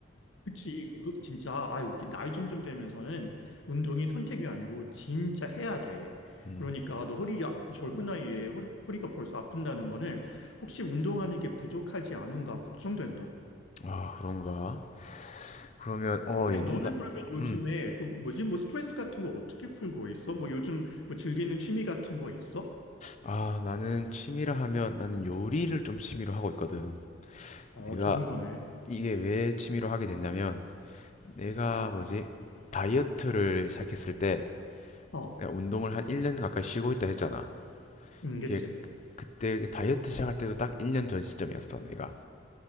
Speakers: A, on the left (about 85°); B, on the left (about 35°).
A: 그치. 그, 그, 진짜, 아, 여기 나이 점점 되면서는 운동이 선택이 아니고 진짜 해야 돼.
B: 음.
A: 그러니까 너 허리, 야, 젊은 나이에 허리, 허리가 벌써 아픈다는 거는 혹시 운동하는 게 부족하지 않은가 걱정된다.
B: 아, 그런가. 그러면 어,
A: 그래,
B: 옛날
A: 너는 그러면 요즘에
B: 음.
A: 그 뭐지, 뭐 스트레스 같은 거 어떻게 풀고 있어? 뭐 요즘 뭐 즐기는 취미 같은 거 있어?
B: 아, 나는 취미라 하면 나는 요리를 좀 취미로 하고 있거든.
A: 어,
B: 내가
A: 좋은 거네.
B: 이게 왜 취미로 하게 됐냐면 내가 뭐지? 다이어트를 시작했을 때
A: 어,
B: 내가 운동을 한 1년 가까이 쉬고 있다 했잖아.
A: 임계책.
B: 이게 그때 그 다이어트 시작할 때도 딱 1년 전 시점이었어, 내가.